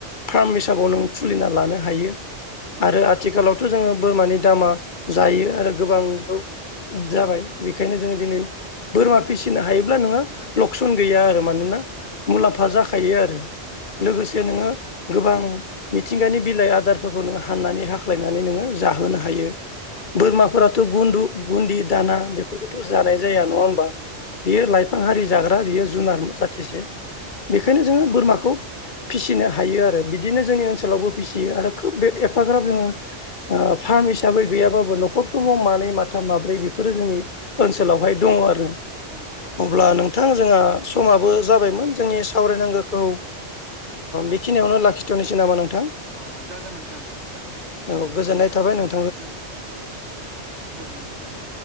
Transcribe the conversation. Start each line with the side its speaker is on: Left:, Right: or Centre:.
Left: फ्राम हिसाबाव नों खुलिना लानो हायो
Right: औ
Left: आरो आथिखालाव' थ' जोङो बोरमानि दामा जायो आरो गोबांबो जाबाय बेखायनो जों दिनै बोरमा फिसिनो हायोब्ला नोङो लकसन गैया आरो मानोना
Right: नंगौ
Left: मुलाम्फा
Right: नंगौ
Left: जाखायो आरो
Right: औ
Left: लोगोसे नोङो गोबां मिथिंगानि बिलाइ आदारफोरखौ नोङो हाननानै हाख्लायनानै नोङो जाहोनो हायो
Right: औ
Left: बोरमाफोराथ' गुन्दु गुनदि दाना बेफोरखौथ' जानाय जाया नङा होम
Right: नंगौ नंगौ
Left: बियो लाइफां हारि जाग्रा बियो जुनार जाथिसे बेखायनो
Right: औ
Left: जोङो बोरमाखौ फिसिनो हायो आरो बिदिनो जोंनि ओनसोलावबो फिसियो आरो खोब बे एफाग्राब जोङो फार्म हिसाबै गैयाब्लाबो न'खर मानै माथाम माब्रै बेफोरो जोंनि ओनसोलावहाय दङ आरो
Right: नंगौ नोंथां
Left: अब्ला नों मोंथां जोंहा समाबो जाबायमोन जोंनि सावरायनांगौखौ
Right: औ
Left: बेखिनियावनो लाखि थनिसै नामा नोंथां
Right: औ जागोन नोंथां दे जागोन
Left: औ गोजोननाय थाबाय नों
Right: औ गोजोननाय थाबाय